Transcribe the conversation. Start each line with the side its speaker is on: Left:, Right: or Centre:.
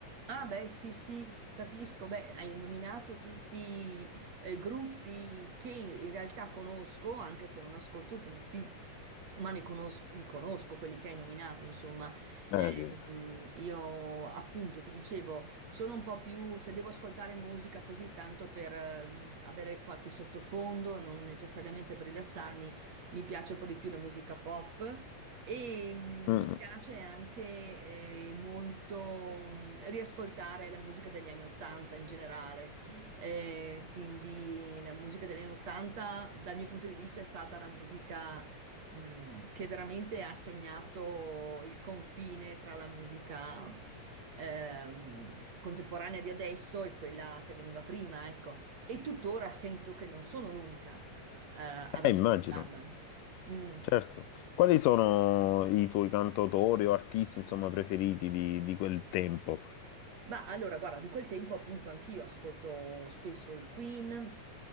Right: Ah, beh, sì, sì, capisco. Beh, hai nominato tutti eh, gruppi che in realtà conosco, anche se non ascolto tutti, ma ne conosco, li conosco, quelli che hai nominato, insomma. Eh,
Left: Eh sì,
Right: mh, io appunto ti dicevo, sono un po' più, se devo ascoltare musica così tanto per eh, avere qualche sottofondo, non necessariamente per rilassarmi, mi piace un po' di più la musica pop. E mm,
Left: Mm.
Right: mi
Left: mm.
Right: piace anche eh, molto mm, riascoltare la musica degli anni Ottanta in generale. Eh, quindi la musica degli anni Ottanta, dal mio punto di vista, è stata la musica mm, che veramente ha segnato il confine tra la musica ehm, contemporanea di adesso e quella che veniva prima, ecco. E tuttora sento che non sono l'unica eh, ad
Left: Eh,
Right: ascoltarla.
Left: immagino,
Right: Mm.
Left: certo. Quali sono i tuoi cantautori o artisti, insomma, preferiti di, di quel tempo?
Right: Ma allora, guarda, di quel tempo appunto anch'io ascolto spesso i Queen,